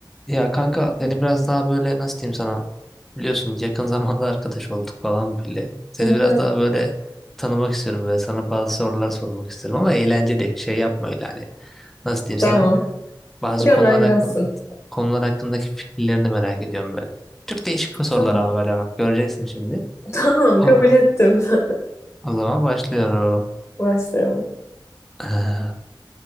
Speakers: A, in the centre; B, on the left.
A: Ya kanka seni biraz daha böyle nasıl diyeyim sana biliyorsun yakın zamanda arkadaş olduk falan bile. Seni
B: Hı
A: biraz
B: hı.
A: daha böyle tanımak istiyorum böyle sana bazı sorular sormak istiyorum ama eğlenceli şey yapma öyle hani nasıl diyeyim
B: Tamam.
A: sana bazı
B: Gönder
A: konular
B: gelsin.
A: hakkın konular hakkındaki fikirlerini merak ediyorum böyle. Çok değişik sorular
B: Tamam.
A: ama böyle bak göreceksin şimdi.
B: <laughs> Tamam
A: Oh,
B: kabul ettim. <laughs>
A: o zaman başlıyorum.
B: Başlayalım.
A: Ee,